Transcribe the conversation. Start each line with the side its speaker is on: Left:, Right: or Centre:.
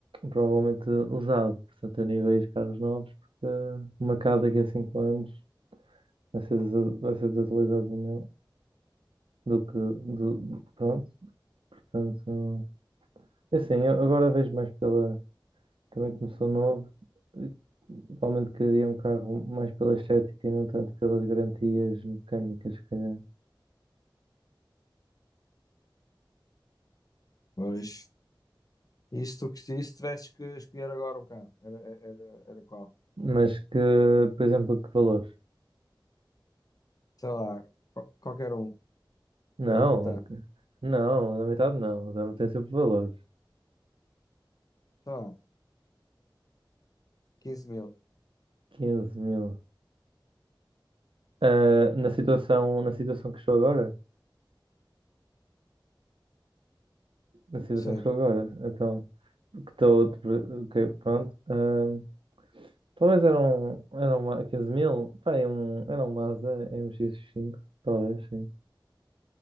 Right: provavelmente usado, portanto eu nem vejo carros novos, porque uma casa daqui a cinco anos vai ser, desa- vai ser desutilizado do meu, do que, do, pronto, portanto. É Assim, eu agora vejo mais pela. Também começou novo, eh, provavelmente queria um carro mais pela estética e não tanto pelas garantias mecânicas, se calhar.
Left: pois. E se tu se tivesses que escolher agora um carro, era, era, era qual?
Right: Mas que, por exemplo, que valores?
Left: Sei lá, qual- qualquer um,
Right: Não,
Left: ilimitado.
Right: que- não, na metade não, dá tem sempre valores.
Left: Sei lá, 15 mil.
Right: 15 mil. Ah, na situação, na situação que estou agora? Na situação
Left: sei
Right: que estou agora, então, que estou, ok, pronto. ah, talvez eram, eram 15 mil, pá, e um, era um Mazda MX-5, talvez, sim.